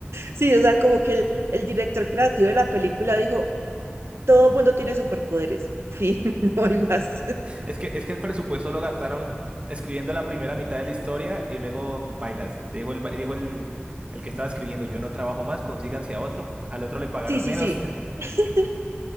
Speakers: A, on the right (about 80°); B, on the right (about 30°).
A: sí, o sea, como que el, el director creativo de la película dijo, todo mundo tiene superpoderes, fin, <laughs> no hay más.
B: Es que, es que el presupuesto lo gastaron escribiendo la primera mitad de la historia y luego bailas. Dijo el, ba- dijo el, el que estaba escribiendo, yo no trabajo más, consíganse a otro. Al otro le pagaron
A: Sí, sí,
B: menos
A: sí, <laughs>